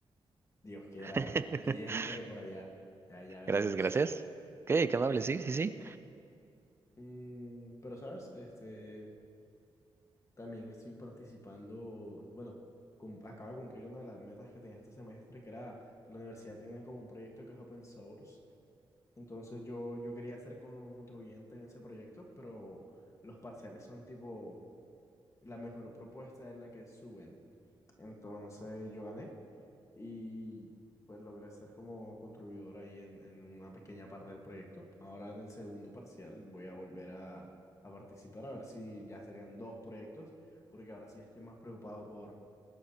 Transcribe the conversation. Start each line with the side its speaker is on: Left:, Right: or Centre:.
Left: Dios quiera
Right: <laughs>
Left: <laughs> y esté por allá. Ya, ya veremos.
Right: Gracias, gracias. Ok, qué amable, sí, sí, sí.
Left: Mm, pero, ¿sabes? Este, también estoy participando, bueno, cum- acabo de cumplir una de las metas que tenía este semestre, que era la universidad tiene como un proyecto que es open source Entonces yo, yo quería ser con- contribuyente en ese proyecto, pero los parciales son tipo, la mejor propuesta es la que suben. Entonces yo gané y pues logré ser como contribuidor ahí en, en una pequeña parte del proyecto. Ahora en el segundo parcial voy a volver a, a participar a ver si ya serían dos proyectos, porque ahora sí estoy más preocupado por